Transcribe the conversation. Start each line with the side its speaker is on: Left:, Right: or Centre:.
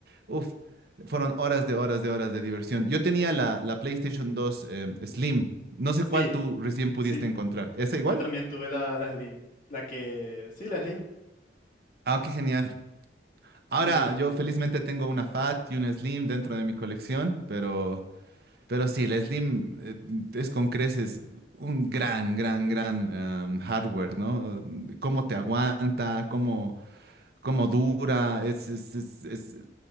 Right: uff, fueron horas de horas de horas de diversión. Yo tenía la, la PlayStation 2 em, Slim, no sé
Left: Sí,
Right: cuál tú recién pudiste
Left: sí.
Right: encontrar. ¿Esa igual?
Left: Yo también tuve la, la Slim, la que, sí, la Slim.
Right: Ah, qué genial. Ahora
Left: Y
Right: yo felizmente tengo una Fat y una Slim dentro de mi colección, pero Pero sí, la Slim eh, es con creces un gran, gran, gran em, hardware, ¿no? Cómo te aguanta, cómo, cómo dura. Es, es, es, es,